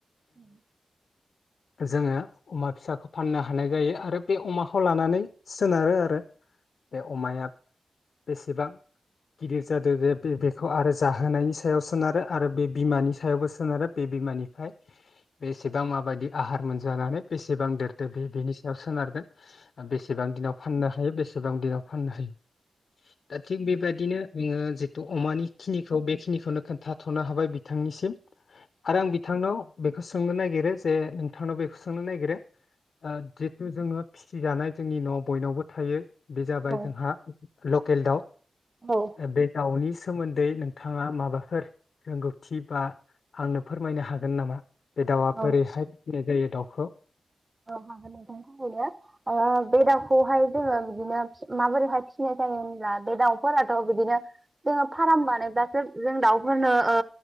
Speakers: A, on the right (about 30°); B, on the left (about 80°).
A: ओम
B: जोङो अमा फिसाखौ फाननो हानाय जायो आरो बे अमाखौ लानानै सोनारो आरो बे अमाया बेसेबां गिदिर जादों बे-बे-बेखौ आरो जाहोनायनि सायाव सोनारो आरो बे बिमानि सायावबो सोनारो बे बिमानिफाय बेसेबां माबायदि आहार मोनजानानै बेस सेबां देरदो बे बेनि सायाव सोनारगोन। बेसेबां दिनाव फाननो हायो बेसे सेबां दिनाव फाननो हायो। दा थिग बेबायदिनो जोङो जितु अमानि खिनिखौ बेखिनि बेखौनो खोन्थाथ'नो हाबाय बिथांनिसिम। आरो आं बिथांनाव बेखौ सोंनो नागिरो जे नोंथांनाव बेखौ सोंनो नागिरो ओ जितु जोङो फिसिजानाय जोंनि न'आव बयनावबो थायो बे जाबाय
A: औ
B: जोंहा लकेल दाउ।
A: औ
B: बे दाउनि सोमोन्दै नोंथाङा माबाफोर रोंगौथि बा आंनो फोरमायनो हागोन नामा? बे दाउआ
A: औ
B: बोरैहाय फिसिनाय जायो दाउ खौ
A: होनायनि थाखायनो बे दाउखौहाय जोङो बिदिनो माबोरैहाय फिसिनाय जायो होनब्ला बे दाउफोराथ' बिदिनो जोङो फार्म बानायब्लासो जों दाउफोरनो ओ